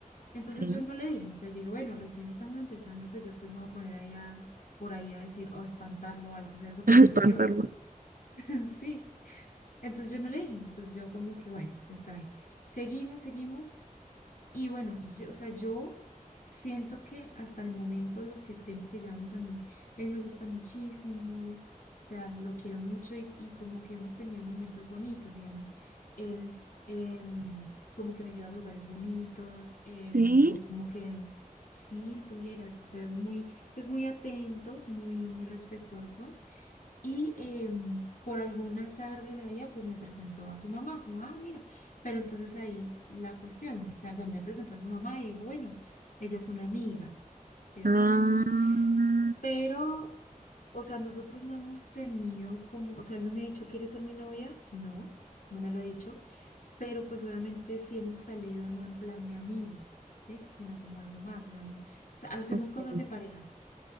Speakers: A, on the left; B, on the right.
A: Entonces
B: sí,
A: yo no le dije, o sea, yo dije, bueno, recién estamos empezando, pues yo pues me voy a poner ahí a, por ahí a decir, o a espantarlo o algo, o sea, eso pensé
B: <laughs> espantarlo.
A: yo. <laughs> Sí, entonces yo no le dije, entonces yo como que, bueno, está bien. Seguimos, seguimos. Y bueno, yo, o sea, yo siento que hasta el momento, lo que el tiempo que llevamos a mí, él me gusta muchísimo, o sea, lo quiero mucho y, y como que hemos tenido momentos bonitos, digamos, él em, como que me lleva a lugares bonitos, em,
B: Sí,
A: yo como que sí tuvieras, o sea, es muy, es muy atento, es muy, muy respetuoso. Y em, por algún azar de la vida, pues me presentó a su mamá, como, ah, mira, pero entonces ahí la cuestión, o sea, pues me presentó a su mamá y digo, bueno, ella es una amiga, ¿cierto?
B: ah,
A: <laughs> Pero, o sea, nosotros no hemos tenido como, o sea, él no me ha dicho, ¿quieres ser mi novia? No, no me lo ha dicho, pero pues obviamente sí hemos salido no en plan de amigos, ¿sí? Sino como algo más, o sea, hemos- o sea, hacemos
B: ok,
A: cosas de parejas,